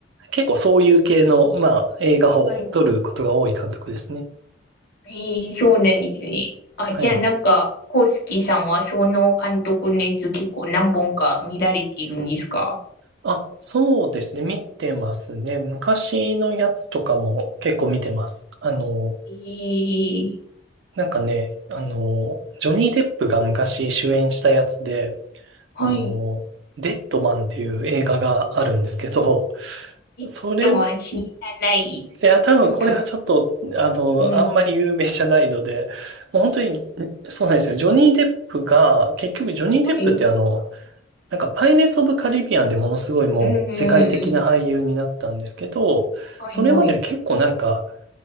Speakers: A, on the right; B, on the left.
A: 結構そういう系の、まあ、映画を撮ることが多い監督ですね。
B: はいええそうなんですね。あ、
A: はい。
B: じゃあなんか、コウスキさんはその監督のやつ結構何本か見られているんですか
A: あ、そうですね。見てますね。昔のやつとかも結構見てます。あの、
B: ええ
A: なんかね、あの、ジョニー・デップが昔主演したやつで、
B: はい。
A: あの、デッドマンっていう映画があるんですけど、
B: えっとは知らない。
A: それ、いや、多分これはちょっと、
B: <laughs>
A: あの、
B: うん、
A: あんまり有名じゃないので、もう本当に、そうなんですよ。ジョニー・デップが、結局ジョニー・
B: はい。
A: デップってあの、なんかパイレーツ・オブ・カリビアンでものすごいもう世界的な俳優になったんですけど、
B: うん、うんうんはい、
A: それまでは結構なんか、
B: はい。